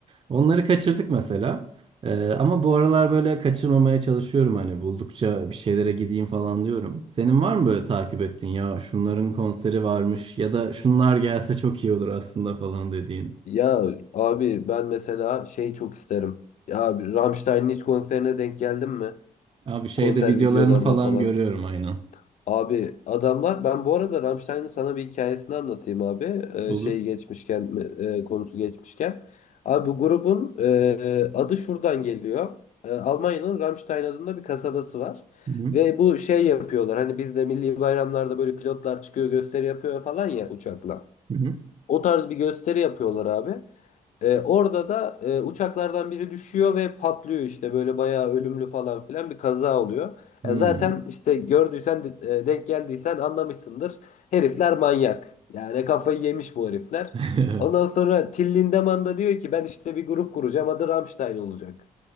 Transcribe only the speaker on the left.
Ya abi ben mesela şey çok isterim. Ya abi Rammstein'in hiç konserine denk geldin mi?
Konser
videolarına
falan.
Abi adamlar ben bu arada Rammstein'in sana bir hikayesini anlatayım abi. Ee,
şey geçmişken e, konusu geçmişken. Abi bu grubun e, adı şuradan geliyor. E, Almanya'nın Rammstein adında bir kasabası var.
Ve bu şey yapıyorlar. Hani bizde milli bayramlarda böyle pilotlar çıkıyor gösteri yapıyor falan ya uçakla.
O tarz bir gösteri yapıyorlar abi. E, orada da e, uçaklardan biri düşüyor ve patlıyor işte böyle bayağı ölümlü falan filan bir kaza oluyor. E,
zaten işte gördüysen e, denk geldiysen anlamışsındır. Herifler manyak. Yani kafayı yemiş bu herifler.
Ondan sonra Till Lindemann da diyor ki ben işte bir grup kuracağım adı Rammstein olacak.